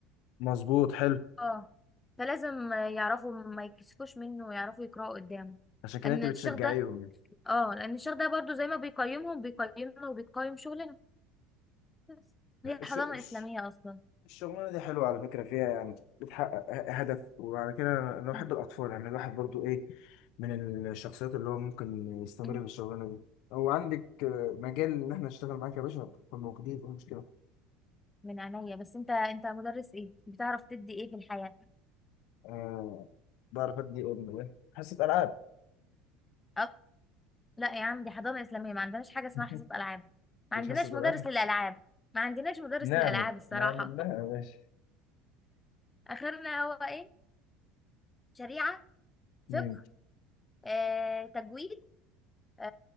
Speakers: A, on the left; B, on the left.
A: مظبوط حلو
B: اه فلازم يعرفوا ما يتكسفوش منه ويعرفوا يقرأوا قدامه
A: عشان كده
B: ان
A: أنت
B: الشيخ
A: بتشجعيهم
B: ده
A: يعني.
B: اه لان الشيخ ده برضو زي ما بيقيمهم بيقيمنا وبيقيم شغلنا بس هي
A: ش-
B: حضانة
A: ش...
B: إسلامية أصلا
A: الشغلانة دي حلوة على فكرة فيها يعني بتحقق ه- هدف وعلى كده أنا بحب
B: مم.
A: الأطفال يعني الواحد برضو إيه من الشخصيات اللي هو ممكن يستمر
B: مم.
A: في الشغلانة دي أو عندك آه، مجال إن إحنا نشتغل معاك يا باشا نكون موجودين مفيش مشكلة
B: من عينيا بس انت انت مدرس ايه بتعرف تدي ايه في الحياة
A: آه بعرف أدي أم إيه حصة ألعاب
B: أك... لا يا عم دي حضانة إسلامية ما عندناش حاجة اسمها
A: <laughs>
B: حصة ألعاب ما
A: مش
B: عندناش
A: حاسس بالأمل
B: مدرس للألعاب ما عندناش مدرس
A: نعمل
B: للألعاب الصراحة
A: نعمل لها
B: <laughs>
A: يا باشا
B: آخرنا هو ايه شريعة
A: مم.
B: فقه آه، تجويد آه،